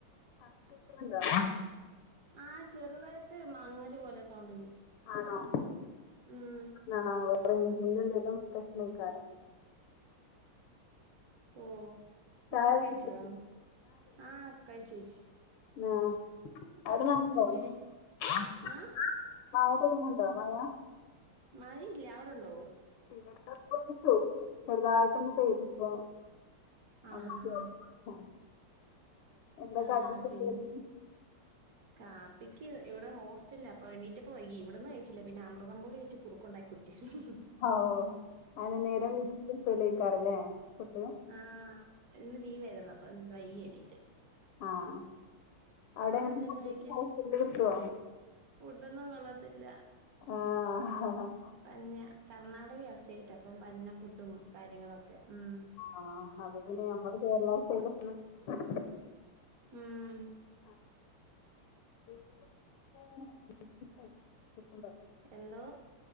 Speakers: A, on the left; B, on the right.
A: ആഹ് കേക്കുന്നുണ്ടോ
B: ആഹ് ചെറുതായിട്ട് മങ്ങല് പോലെ സൗണ്ടിന്
A: ആണോ
B: ഉം
A: ആണോ റേഞ്ചിന്റെ എന്തെലും പ്രശ്നയ്ക്കാരം
B: ഓഹ് ഫുഡ്‌
A: ചായ
B: ഒക്കെ കഴിച്ചോ
A: കുടിച്ചോ
B: ആഹ് കഴിച്ചു ചേച്ചി
A: ആഹ് അവിടെ
B: ഫുഡിന്
A: <unintelligible>
B: ആഹ്
A: ആവിടെ <unintelligible> മഴ
B: മഴയില്ല അവിടെണ്ടോ
A: ഇവട്ത്തെ ഇപ്പൊന്ന് ചോർന്ന് ചെറുതായിട്ടൊന്ന്‌ പെയ്തിപ്പോ <inaudible>
B: ആഹ് ആഹ് ആഹ്
A: എന്താ
B: ആഹ്
A: കടി
B: പിന്നെ കാപ്പിക്ക് ഇവിടെ ഹോസ്റ്റല അപ്പൊ എണ്ണീറ്റപ്പം വൈകി ഇവിടന്ന് ചിലവിന് അമൃതം പൊടി വെച്ച് കുറുക്ക് ഉണ്ടാക്കി കുടിച്ച് ഹ ഹ ഹ
A: ഔ നാല് നേരം കിട്ടൂലയ്ക്കാരല്ലേ ഫൂഡ്?
B: ആഹ് ന്ന് ലീവായിരുന്നു അപ്പൊ വൈകിയ എണീറ്റെ.
A: ആഹ് അവിടെ എങ്ങനെ
B: എന്തായിരുന്നു കഴിക്കാൻ
A: <inaudible> കിട്ടുവോ
B: ഫുഡൊന്നും കൊള്ളത്തില്ല.
A: ആഹ് ഹ ഹ ഹാ
B: പന്ന കർണാടകയാ സ്റ്റേറ്റ് അപ്പം പന്ന ഫുഡും കാര്യങ്ങളൊക്കെയാ ഉം.
A: ആ അത് പിന്നെ നമ്മളെ കേരള സ്റ്റയ്ലൊന്നും കിട്ടികൊല്ലണം ന്നില്ല
B: ഊം
A: <inaudible>
B: എന്തോ?